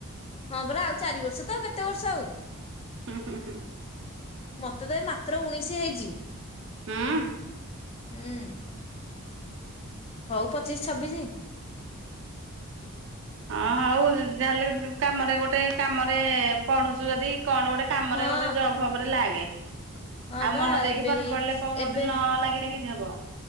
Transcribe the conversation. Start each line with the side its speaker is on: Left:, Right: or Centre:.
Left: ହଁ ପରା ଆଉ ଚାରି ବର୍ଷତ ଆଉ କେତେ ବର୍ଷ ଆଉ?
Right: ହୁଁ ହୁଁ ହୁଁ
Left: ମତେତ ଏ ମାତ୍ର ଉଣେଇଶି ହେଇଚି।
Right: ହୁଁ ହୁଁ।
Left: ହୁଁ। ହଉ ପଚିଶି ଛବିଶି।
Right: ହଁ ହଉ ଯାହାହେଲେ କାମରେ ଗୋଟେ କାମରେ ପଢୁଚୁ ଯଦି କଣ ଗୋଟେ କାମରେ
Left: ହଁ
Right: ଗୋଟେ ଜବ୍ ଫବ୍ ରେ ଲାଗେ।
Left: ହଁ
Right: ଆଉ
Left: ବା
Right: ମନ ଦେଇକି
Left: ଏବେ
Right: ପାଠ
Left: ଏଇ
Right: ପଢିଲେ କୋଉଁଠି
Left: ଏବେ
Right: ନ ଲାଗିଲେ କେମିତି ହବ।